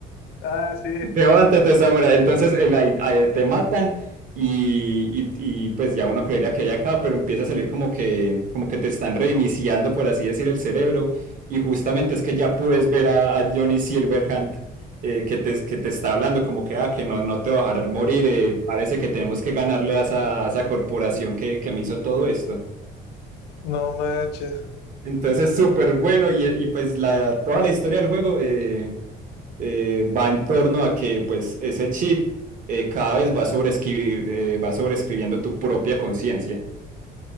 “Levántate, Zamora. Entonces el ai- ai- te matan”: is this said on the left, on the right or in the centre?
Right